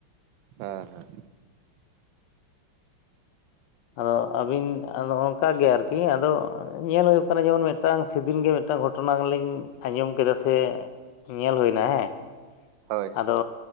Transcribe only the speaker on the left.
ᱟᱫᱚ ᱟᱹᱵᱤᱱ ᱟᱫᱚ ᱚᱝᱠᱟᱜᱮ ᱟᱨᱠᱤ ᱟᱫᱚ ᱧᱮᱞ ᱦᱳᱭᱳᱜ ᱠᱟᱱᱟ ᱡᱮᱢᱚᱱ ᱢᱤᱫᱴᱟᱝ ᱥᱮᱫᱤᱱ ᱜᱮ ᱢᱤᱫᱴᱟᱱ ᱜᱷᱚᱴᱚᱱᱟ ᱜᱤᱞᱤᱧ ᱟᱸᱡᱚᱢ ᱠᱮᱫᱟ ᱥᱮ ᱧᱮᱞ ᱦᱳᱭᱱᱟ ᱦᱮᱸ
ᱟᱫᱚ